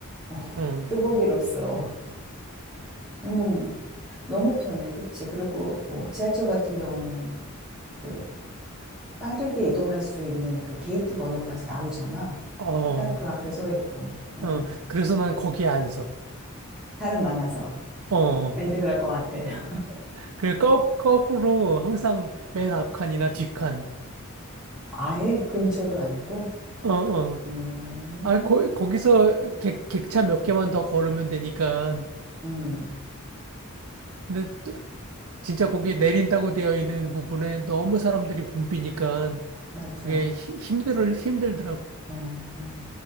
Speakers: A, in the centre; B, on the right.
A: 어, <laughs>
B: 응,
A: 뚜벅이로서. 음, 너무 편해. 그치. 그리고 뭐 지하철 같은 경우는 그 빠르게 이동할 수 있는 그 게이트 번호까지 나오잖아.
B: 어,
A: 딱 그 앞에 서 있고. 어,
B: 어, 그래서 난 거기에 안 서.
A: 사람 많아서.
B: 어, 어.
A: 왠지 그럴 것 같아. <laughs>
B: 그래, 거, 거꾸로 항상 맨 앞칸이나 뒷칸.
A: 아예 근처도 아니고.
B: 어, 어.
A: 음.
B: 아, 거, 거기서 객, 객차 몇 개만 더 걸으면 되니까.
A: 음.
B: 근데 또 진짜 거기 내린다고 되어 있는 부분에 너무 사람들이 붐비니까
A: 맞아.
B: 그게 힘들, 힘들더라고.
A: 어, 어.